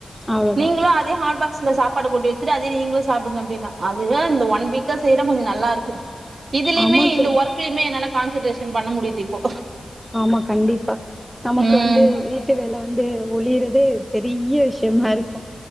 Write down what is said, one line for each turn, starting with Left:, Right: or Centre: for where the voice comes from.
Centre: அவ்வளோதான்
Right: நீங்களு அதே ஹாட்பாக் ச்ல சாப்பாடு கொண்டு வெச்சுட்டு அதே நீங்களு சாப்புடுங்க அப்டின்னா அதுதா இந்த ஒன் வீக்கா செய்றா கொஞ்சோ நல்லா இருக்கு இதுலயுமே
Centre: ஆமா
Right: இந்த
Centre: தோழி
Right: ஒர்க்லயுமே என்னால கான்சென்ட்ரேஷன் பண்ண முடியுது இப்போ
Centre: ஆமா கண்டிப்பா நமக்கு
Right: ம்
Centre: வந்து வீட்டு வேல வந்து ஒளிறுது பெரிய விஷயமா இருக்கு